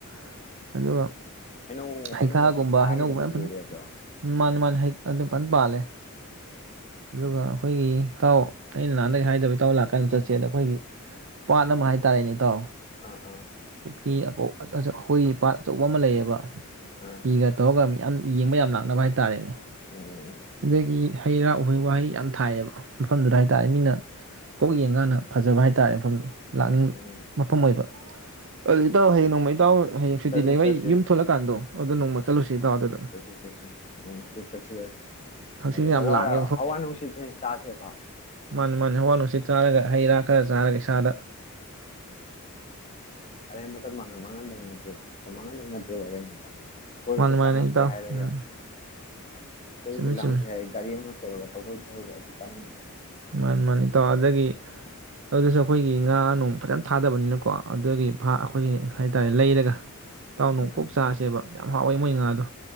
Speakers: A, on the right; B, on the left.
A: ꯫ ꯍꯦꯜꯂꯣ
B: ꯍꯩꯅꯧ
A: ꯍꯥꯌꯈꯥ
B: ꯍꯩꯅꯧꯒꯁꯦ
A: ꯒꯨꯝꯕꯥ
B: ꯆꯥꯈꯤꯗꯕ
A: ꯍꯥꯌꯅꯧ ꯒꯝꯕ ꯌꯥꯃ
B: ꯀꯨꯏꯔꯦꯕ
A: ꯐꯅ ꯃꯥꯅꯦ ꯃꯥꯅꯦ ꯍꯩ ꯐꯜ ꯄꯥꯂꯦ ꯑꯒꯨꯒꯥ ꯑꯈꯣꯏꯒꯤ ꯏꯇꯥꯑꯣ ꯑꯩꯅꯥ ꯅꯍꯟ ꯗꯩ ꯍꯥꯏꯕꯥ ꯏꯇꯥꯑꯣ ꯂꯀꯥ ꯀꯟꯗꯥ ꯆꯠꯁꯦ ꯑꯈꯣꯏꯒꯤ ꯄꯥꯠ ꯑꯥꯃꯥ꯫ ꯇꯥꯔꯦꯟꯦ ꯏꯇꯥꯑꯣ꯫
B: <unintelligible>
A: ꯍꯤ ꯑꯀꯑꯣ ꯑꯆ꯭ꯑꯣ ꯑꯆꯕꯥ ꯄꯥꯠ ꯑꯥꯃꯥ ꯂꯦꯏꯌꯦ ꯕꯥ꯫
B: ꯑꯥ
A: ꯍꯤ ꯒꯥ ꯇꯧꯔꯒ ꯃꯤ ꯌꯥꯝ ꯌꯦꯡꯕꯥ ꯍꯥꯌꯅꯥ ꯂꯀꯅꯥ ꯇꯥꯔꯦ ꯅꯦ
B: ꯎꯝ
A: ꯑꯗꯥꯒꯤ ꯍꯦꯏꯔꯥ ꯑꯣꯏꯍꯦꯏꯋꯥꯏ ꯌꯥꯝ ꯊꯥꯏꯌꯦ ꯃꯍꯥꯝ ꯑꯗꯨꯗꯥꯏ ꯗꯥ ꯃꯤꯅꯥ ꯀꯣꯛ ꯌꯦꯡꯒꯥꯀꯟꯗꯥ ꯐ꯭ꯍꯖꯕꯥ ꯍꯥꯌ ꯇꯥꯔꯦ ꯃꯐꯍꯝ ꯗꯨ ꯂꯀꯅꯤꯡ꯫
B: ꯃꯥꯅꯤ ꯃꯥꯅꯤ
A: ꯃꯐꯝ ꯑꯣꯏꯕ ꯑꯗꯨꯗꯤ ꯏꯇꯥꯎ ꯍꯌꯦꯡ ꯅꯣꯡꯃ ꯏꯇꯥꯎ ꯍꯌꯦꯡ ꯁꯨꯇꯤ
B: ꯆꯠꯁꯦ
A: ꯂꯩꯕ
B: ꯆꯠꯁꯦ
A: ꯑꯩ ꯌꯨꯝ ꯊꯣꯛꯂꯛꯀꯥꯟꯗꯣ ꯑꯗꯨ ꯅꯣꯡꯃ ꯆꯠꯂꯨꯁꯤ
B: ꯑ
A: ꯏꯇꯥꯎ ꯑꯗꯨꯗ
B: ꯆꯠꯁꯦ ꯆꯠꯁꯦ ꯅꯣꯡꯃ ꯗꯦꯠ ꯅꯠꯁꯦ
A: ꯍꯛꯆꯤꯠꯁꯨ
B: ꯍꯥꯏꯗꯤ ꯥ
A: ꯌꯥꯝ ꯂꯥꯡꯉꯦ
B: ꯍꯋꯥ ꯅꯨꯡꯁꯤꯠ ꯆꯦꯁꯦ ꯕꯥ꯫
A: ꯃꯥꯅꯦ ꯃꯥꯅꯦ ꯍꯋꯥ ꯅꯨꯡꯁꯤꯠ ꯆꯔꯥꯒꯥ ꯍꯦꯏꯔꯥ ꯈ꯭ꯔꯥꯒꯥ ꯆꯔꯥꯒꯥ꯫ ꯆꯥꯗꯥ꯫
B: ꯑꯔꯦꯝꯕꯗꯥ ꯃꯇꯝ ꯃꯥꯡꯍꯅꯕ ꯃꯇꯝ ꯃꯥꯡꯍꯅꯕ ꯍꯧꯅꯥꯗꯦꯕ <inaudible> ꯀꯣꯏꯔꯨꯁꯦ
A: ꯃꯥꯅꯤ ꯃꯥꯅꯤ
B: ꯂꯉ꯭ꯒꯨꯁꯦ
A: ꯏꯇꯥꯎ
B: ꯍꯥꯏꯔꯒꯥ
A: ꯎꯝ
B: ꯀꯣꯏꯔꯨꯁꯦ
A: ꯆꯨꯝꯃꯤ ꯆꯨꯝꯃꯤ
B: ꯂꯪꯒꯨꯁꯦ ꯍꯥꯏꯔꯒꯥ ꯒꯔꯤ ꯑꯥꯃꯥ꯫ ꯁꯦꯔꯧ ꯗꯥ ꯑꯗꯨ ꯄꯨꯡ ꯊ꯭ꯋ꯭ꯔꯒꯥ ꯀꯅꯥꯅꯤ꯫
A: ꯃꯥꯅꯦ ꯃꯥꯅꯦ ꯏꯇꯥꯑꯣ ꯑꯗꯨꯗꯥꯒꯤ ꯑꯗꯨꯁꯨ ꯑꯈꯣꯏꯒꯤ ꯉꯥ ꯅꯨꯡ ꯐꯖꯅ ꯥ ꯊꯥꯗꯥꯕꯅꯤꯅꯥ ꯀꯣ ꯑꯗꯨꯒꯤ ꯐꯥ ꯑꯈꯣꯏꯒꯤ ꯂꯦꯏꯔꯒꯥ ꯏꯇꯥꯑꯣ ꯅꯣꯡꯃ
B: ꯃꯥꯅꯤ
A: ꯀꯣꯛ ꯆꯥꯁꯦ ꯕꯥ ꯃꯣꯏ ꯉꯥ ꯗꯣ